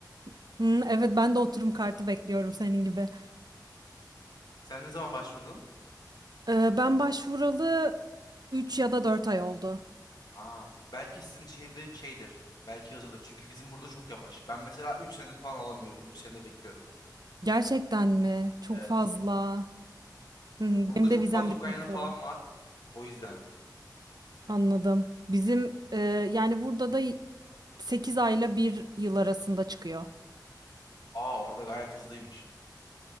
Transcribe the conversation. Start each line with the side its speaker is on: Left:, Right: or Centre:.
Right: <laughs> Hı, evet ben de oturum kartı bekliyorum senin gibi.
Left: Sen ne zaman başvurdun?
Right: Ee, ben başvuralı 3 ya da dört ay oldu.
Left: Aa, belki sizin şehirde şeydir. Belki hızlıdır. Çünkü bizim burada çok yavaş. Ben mesela 3 senedir falan alamıyorum. üç senedir bekliyorum.
Right: Gerçekten mi? Çok
Left: Evet.
Right: fazla. Hı, hı,
Left: Ya burada
Right: benim
Left: çok
Right: de vizem
Left: fazla
Right: bitmek
Left: Ukraynalı
Right: üzere.
Left: falan var. O yüzden
Right: Anladım. Bizim e, yani burada da 8 ayla bir yıl arasında çıkıyor.
Left: Aa orada gayet hızlıymış.